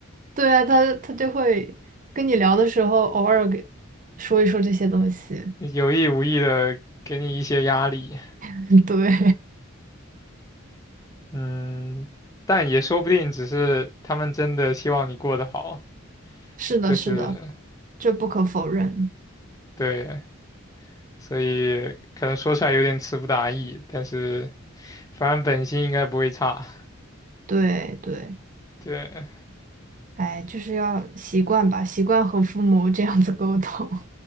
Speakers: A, on the right; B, on the left.
A: 对啊，他他就会跟你聊的时候，偶尔给说一说这些东西。
B: 有意无意的给你一些压力，
A: <laughs> 对，
B: 嗯，但也说不定只是他们真的希望你过得好，
A: <laughs> 是的，
B: 就是
A: 是的，这不可否认。
B: 对，所以可能说出来有点词不达意，但是反正本心应该不会差，
A: 对对。
B: 对，
A: 哎，就是要习惯吧，习惯和父母这样子沟通。